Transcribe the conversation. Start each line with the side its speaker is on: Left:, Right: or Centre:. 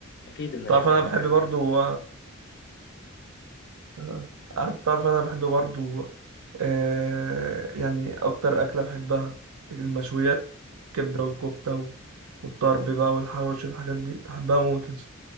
Left: اكيد المشوي
Right: تعرف انا
Left: على الفحم
Right: بحب برضو
Left: يعني
Right: آه. عارف تعرف انا بحب برضو آه يعني اكتر اكله بحبها المشويات كبده والكفته و- والطرب بقى والحواوشي والحاجات دي بحبها موت يا اسطى.